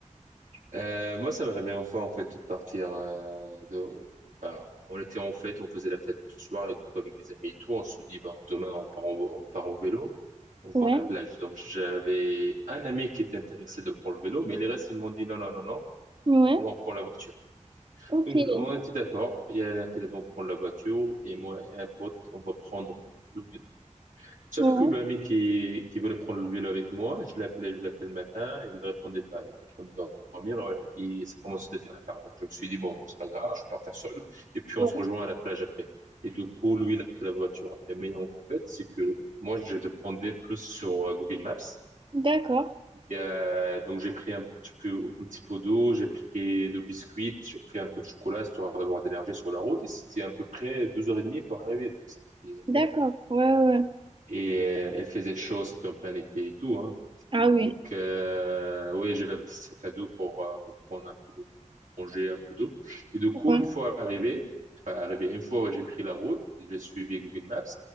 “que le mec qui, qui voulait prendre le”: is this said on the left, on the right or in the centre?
Right